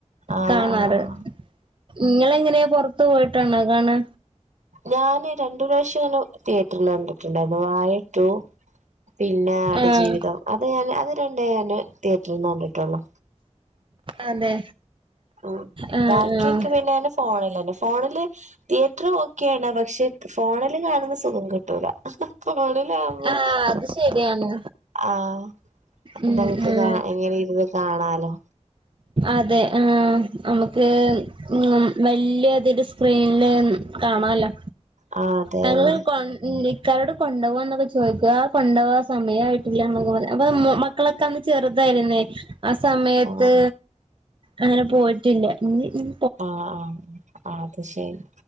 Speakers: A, on the right; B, on the right.
A: ആഹ്
B: കാണാറ്
A: ആഹ്
B: നിങ്ങൾ എങ്ങനെയാ പുറത്ത് പോയിട്ടണോ കാണാ
A: ഞാന് രണ്ടു പ്രാവശ്യംങ്ങനെ തിയേറ്റർല് കണ്ടിട്ടുണ്ടായിര് ന്നു വായ റ്റു പിന്നെ ആട്
B: ആഹ്
A: ജീവിതം അത് ഞാന് അത് രണ്ടേ ഞാന് തിയേറ്ററിൽ കണ്ടിട്ടുള്ളൂ
B: അതെ.
A: ഉം
B: ആഹ്
A: ബാക്കിയൊക്കെ
B: ആഹ്
A: പിന്നെ ഞാൻ സ് ഫോണിൽഅല്ലെ ഫോണിൽ തിയറ്ററ് ഒക്കെയാണ് പക്ഷെ ഫോണിൽ കാണുന്ന. സുഖം കിട്ടൂല ഫോണിൽ ആകുമ്പോ
B: ആഹ് അത് ശരിയാണ്
A: ആഹ്.
B: ഉം
A: നമുക്ക്
B: ആഹ്
A: കാ ഇങ്ങനെ ഇരുന്ന് കാണാലോ?
B: അതെ ആഹ് നമുക്ക്. ഉം വലിയതില് സ്ക്രീനില് കാണാല്ലോ?
A: ആഹ് അതെ
B: ഞങ്ങള്
A: അതെ
B: പണ്ട് നി ഇക്കാനോട് കൊണ്ടുപോവാ എന്നൊക്കെ ചോദിക്ക ആ കൊണ്ടപോവാ സമയമായിട്ടില്ല എന്നൊക്കെ പറയും അപ്പൊ മ ക്കളൊക്കെ അന്ന് ചെറുതായിരുന്നേ ആഹ് സമയത്ത്.
A: ആഹ്
B: അങ്ങനെ പോയിട്ടില്ല ഇനി ഉം.
A: ആഹ് ആഹ് അത് ശരി.